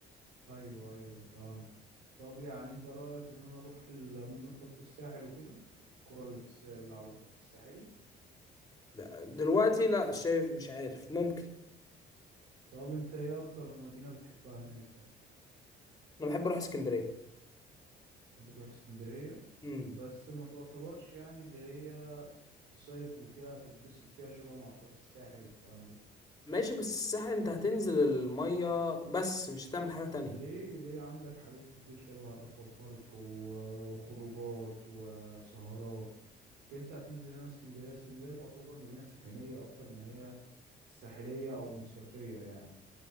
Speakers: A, on the right; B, on the left.
A: ايوه ايوه فهمتك طب يعني انت رأيك ان انا اروح المدن خط الساحل وكده القرى اللي في الس... اللي على الخط الساحلي
B: لا، دلوقتي لا شايف مش عارف ممكن
A: طب انت ايه اكتر مدينة بتحبها هناك يعني
B: انا بحب اروح اسكندرية
A: تحب تروح اسكندرية
B: امم
A: بس ما تعتبرش يعني اللي هي تصيف وفيها تتبسط فيها شبه ما هتروح الساحل والكلام ده
B: ماشي بس الساحل انت هتنزل المية بس مش هتعمل حاجة تانية
A: ليه ليه عندك حاجات كتير شبه اكوا بارك و- وخروجات وسهرات لكن انت هتنزل هنا اسكندريه اسكندريه تعتبر مدينه سكنيه اكتر ما هي ساحليه او مصيفيه يعني